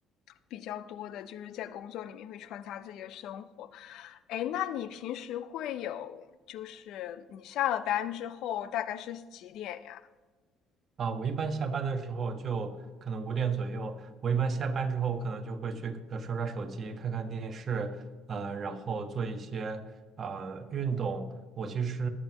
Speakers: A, on the left (about 75°); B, on the right (about 45°).
A: 比较多的就是在工作里面会穿插自己的生活，哎，那你平时会有，就是你下了班之后大概是几点呀？
B: 啊，我一般下班的时候就可能五点左右，我一般下班之后，我可能就会去呃刷刷手机，看看电视，呃，然后做一些呃运动。我其实